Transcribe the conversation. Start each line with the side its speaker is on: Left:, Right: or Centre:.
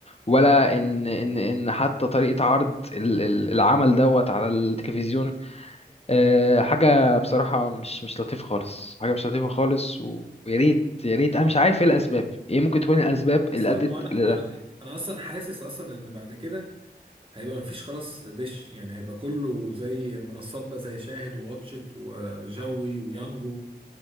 Left: ولا ان ان ان حتى طريقة عرض ال- ال- العمل دوت على التلفزيون آه، حاجة بصراحة مش مش لطيفة خالص حاجة مش لطيفة خالص و- ويا ريت يا ريت انا مش عارف ايه الاسباب ايه ممكن تكون الاسباب
Right: أصلا
Left: اللي ادت
Right: وأنا
Left: لده
Right: أنا أنا أصلا حاسس أصلا إن بعد كده هيبقى مفيش خلاص دش يعني هيبقى كله زي منصات بقى زي شاهد وواتشت وجوي ويانجو